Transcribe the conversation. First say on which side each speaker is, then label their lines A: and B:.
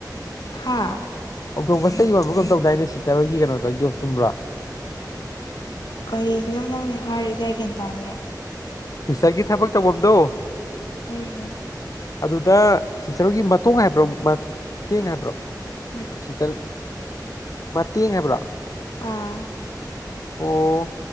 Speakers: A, on the left; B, on the left.
A: ꯍꯥꯥ
B: ꯑꯗꯣꯁꯇꯩ ꯌꯣꯟꯕꯒꯝꯗꯧꯗꯥꯏꯅꯦ ꯁꯤꯁꯇꯔ ꯍꯣꯏꯒꯤ ꯀꯩꯅꯣꯗꯣ ꯌꯣ ꯆꯨꯝꯕ꯭ꯔꯥ
A: ꯀꯩ ꯅꯣ ꯅꯪꯅꯦ ꯍꯥꯏꯔꯤꯁꯦ ꯑꯩꯒꯦꯟꯇꯥꯥꯁꯦ
B: ꯏꯁꯒꯤ ꯊꯕꯛ ꯇꯧꯐꯝꯗꯣ
A: ꯎꯝ
B: ꯑꯗꯨꯗ ꯇꯤꯆꯔꯒꯤ ꯃꯇꯣꯡ ꯍꯥꯏꯕ꯭ꯔꯣ ꯃꯇꯦꯡ ꯍꯥꯏꯕ꯭ꯔꯣ
A: ꯃꯦ
B: ꯁꯤꯁꯇꯔ ꯃꯇꯦꯡ ꯍꯥꯏꯕ꯭ꯔꯣ
A: ꯑꯥ
B: ꯑꯣ